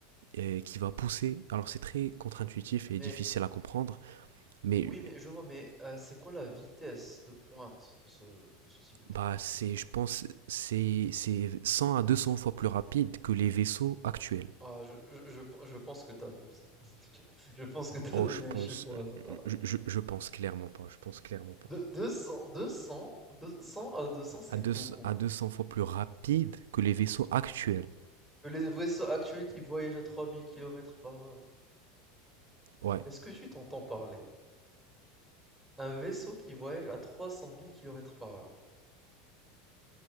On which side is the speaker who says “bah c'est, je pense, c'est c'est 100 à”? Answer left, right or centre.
Right